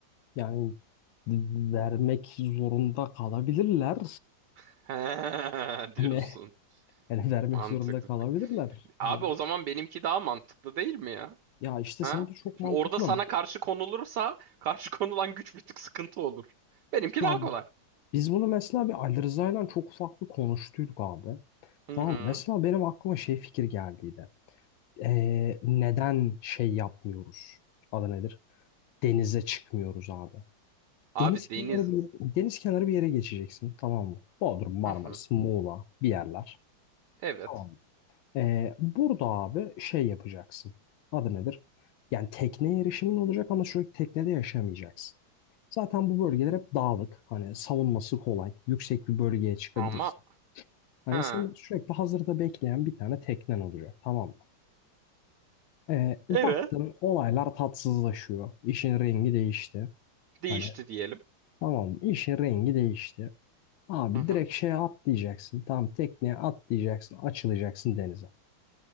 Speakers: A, on the left; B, on the right.
A: Yani vermek zorunda kalabilirler.
B: <laughs> He
A: Hani
B: diyorsun.
A: <laughs> yani vermek
B: Mantıklı.
A: zorunda kalabilirler.
B: Abi
A: Hani
B: o zaman benimki daha mantıklı değil mi ya?
A: ya işte
B: Ha?
A: seninki çok
B: Şimdi
A: mantıklı.
B: orada sana karşı konulursa karşı konulan güç bir tık sıkıntı olur. Benimki
A: Ya
B: daha kolay.
A: Biz bunu mesela bir Ali Rıza'yla çok ufak bir konuştuyduk abi.
B: Hı
A: Tamam
B: hı.
A: mı? mesela benim aklıma şey fikir geldiydi. Ee, neden şey yapmıyoruz? Adı nedir? Denize çıkmıyoruz abi.
B: Abi
A: Deniz kenarı
B: deniz.
A: bir deniz kenarı bir yere geçeceksin tamam mı? Bodrum, Marmaris,
B: Hı hı.
A: Muğla bir yerler.
B: Evet.
A: Tamam mı? Ee, burada abi şey yapacaksın. Adı nedir? Yani tekneye erişimin olacak ama sürekli teknede yaşamayacaksın. Zaten bu bölgeler hep dağlık. Hani savunması kolay. Yüksek bir bölgeye çıkabilirsin.
B: Ama
A: Hani
B: ha
A: senin sürekli hazırda bekleyen bir tane teknen olacak tamam mı? Ee, baktın
B: Evet.
A: olaylar tatsızlaşıyor. İşin rengi değişti.
B: değişti
A: Hani
B: diyelim.
A: tamam mı? İşin rengi değişti. Abi
B: Hı hı.
A: direkt şeye atlayacaksın. Tamam tekneye atlayacaksın. Açılacaksın denize.